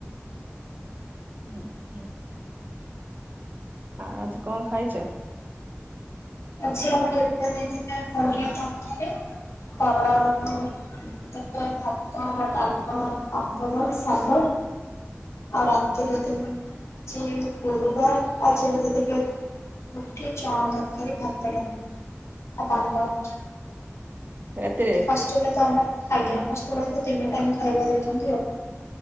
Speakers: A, on the right (about 40°); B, on the left (about 70°).
A: ହୁଁ ହ। ଆଉ ଆଜି କଣ ଖାଇଛ?
B: ଆଜି ଆମର ଏବେ ହେଇଥିଲା ପୁରୀ ତରକାରୀ ଖରା ବେଳେ ତାପ ଭାତ ଡାଲମା ପାମ୍ପଡ଼ ସାଲଟ ଆଉ ରାତିରେ <unintelligible> ଆଜି ଗୁରୁ ବାର <unintelligible> ମୁଠି ଚଣା ତରକାରୀ ଭାତ ଡାଲମା ଆଉ ପାମ୍ପଡ।
A: ରାତିରେ?
B: ହଷ୍ଟେଲରେ ତ ଆମ ଆଜ୍ଞା ହଷ୍ଟେଲରେ ତ ତିନି ଟାଇମ ଖାଇବା ଦଉଛନ୍ତି ଆଉ।